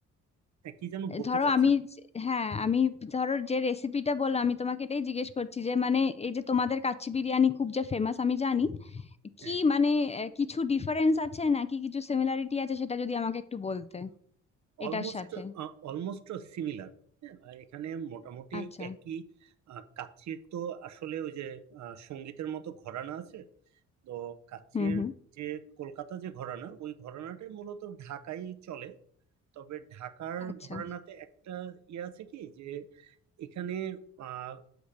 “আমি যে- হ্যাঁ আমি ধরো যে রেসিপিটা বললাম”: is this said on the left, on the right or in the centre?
Left